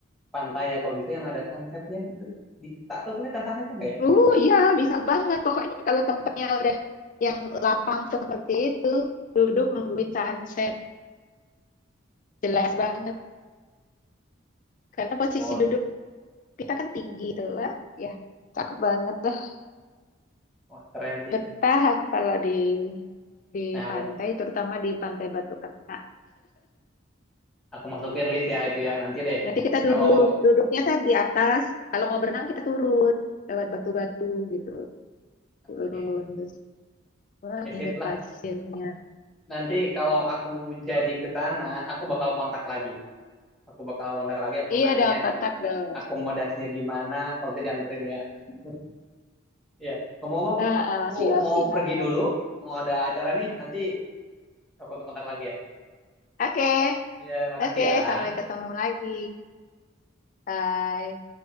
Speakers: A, in the centre; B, on the left.
A: pantai ya kalau bisa yang ada sunsetnya gitu. Di, tak tahu kelihatan sunsetnya nggak ya?
B: Uh, iya bisa banget. Pokoknya kalau tempatnya udah yang lapang seperti itu, duduk nungguin
A: Mm-mm.
B: sunset, jelas
A: Wah,
B: banget. Karena posisi
A: oh,
B: duduk kita kan tinggi tuh lah. Ya, cakep banget. lah.
A: wah keren sih.
B: Betah aku kalau di di
A: Nah, aku
B: pantai, terutama di Pantai Batu Keta.
A: aku masukin list ya itu ya nanti deh.
B: Nanti kita
A: Kalau
B: duduk, duduknya kan di atas. Kalau mau berenang kita turun lewat batu-batu gitu, turun
A: oke.
B: terus wah
A: ya
B: nginjak
A: sip lah.
B: pasirnya.
A: Nanti kalau aku jadi ke sana, aku bakal kontak lagi. Aku bakal kontak lagi, aku
B: Iya
A: nanya
B: dong, kontak dong.
A: akomodasinya gimana kalau bisa dianterin ya. <laughs> Ya, ngomong-ngomong,
B: Ah, ah,
A: aku
B: siap,
A: mau
B: siap.
A: pergi dulu, mau ada acara nih, nanti aku kontak-kontak lagi ya.
B: Oke,
A: Ya, makasih
B: oke,
A: ya.
B: sampai ketemu lagi. Bye.